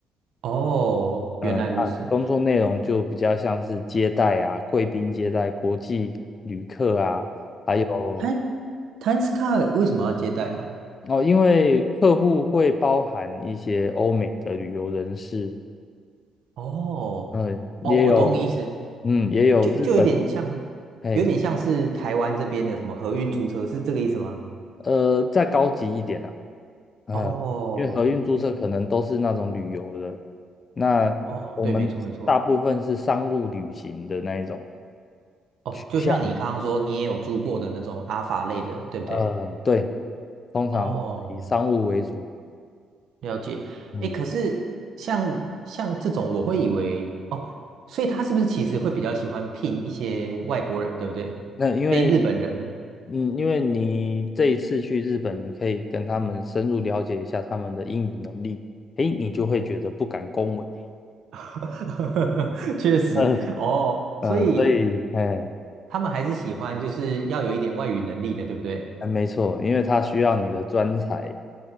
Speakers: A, on the right; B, on the left.
A: 哦，
B: 嗯啊，
A: 原来如此。
B: 工作内容就比较像是接待啊，贵宾接待、国际旅客啊。还有。
A: Time Times Card 为什么要接待啊？
B: 哦，因为客户会包含一些欧美的旅游人士，
A: 哦
B: 嗯，也有，
A: 哦，我懂你意思，
B: 嗯，也有日本，
A: 就就有点像，
B: 嘿，
A: 有点像是台湾这边的什么合运租车，是这个意思吗？
B: 呃，再高级一点啊，嗯，
A: 哦，
B: 因为合运注册可能都是那种旅游的，
A: 对，
B: 那我们大部分是商务旅行的那一种
A: 哦，对，没错没错。哦，
B: 取向，
A: 就像你刚刚说，你也有租过的那种阿法类的，对不对？
B: 嗯，对，通常都是以商务为主，
A: 哦，了解。
B: 嗯，
A: 诶，可是像像这种，我会以为哦，所以他是不是其实会比较喜欢聘一些外国人，对不对？
B: 那因为
A: 非日本人，
B: 嗯，因为你这一次去日本，你可以跟他们深入了解一下他们的英语能力，诶，你就会觉得不敢恭维 <laughs>。
A: <laughs> 确实哦，
B: 嗯呃，
A: 所以
B: 所以，哎，
A: 他们还是喜欢就是要有一点外语能力的，对不对？
B: 哎没错，因为他需要你的专才。